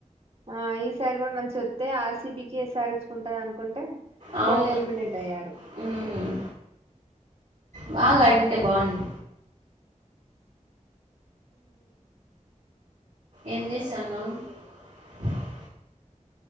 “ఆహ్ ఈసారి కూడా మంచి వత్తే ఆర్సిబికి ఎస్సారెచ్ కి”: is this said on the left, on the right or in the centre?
Right